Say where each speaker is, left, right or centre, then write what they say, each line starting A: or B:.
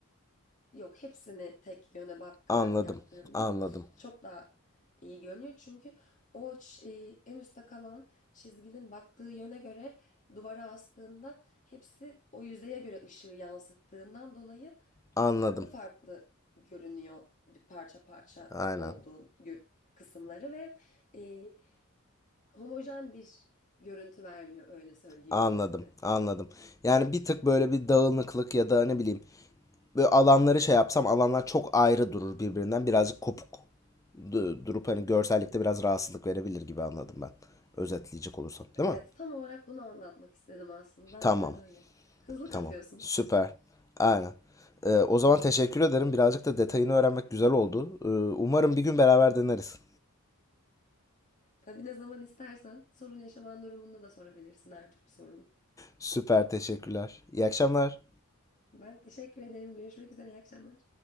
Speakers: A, on the left; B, on the left.
A: Yok hepsini tek yöne bakarak
B: Anladım.
A: yaptığında
B: Anladım.
A: çok daha iyi görünüyor. Çünkü o ç- e, en üstte kalan çizginin baktığı yöne göre duvara astığında hepsi o yüzeye göre ışığı yansıttığından dolayı
B: Anladım.
A: farklı farklı görünüyor bir parça parça
B: Aynen.
A: olduğu gör- kısımları ve e, homojen bir görüntü vermiyor öyle söyleyeyim
B: Anladım,
A: özetle.
B: anladım. Yani bir tık böyle bir dağınıklık ya da ne bileyim böyle alanları şey yapsam alanlar çok ayrı durur birbirinden birazcık kopuk du- durup hani görsellikte biraz rahatsızlık verebilir gibi anladım ben. Özetleyecek olursam, değil
A: Evet
B: mi?
A: tam olarak bunu anlatmak istedim aslında aynen
B: Tamam,
A: öyle. Hızlı kapıyorsun.
B: tamam. Süper. Aynen. Ee, o zaman teşekkür ederim. Birazcık da detayını öğrenmek güzel oldu. Ee, umarım bir gün beraber deneriz.
A: Tabii ne zaman istersen sorun yaşaman durumunda da sorabilirsin her türlü sorunu.
B: Süper, teşekkürler. İyi akşamlar.
A: Ben teşekkür ederim. Görüşmek üzere. İyi akşamlar.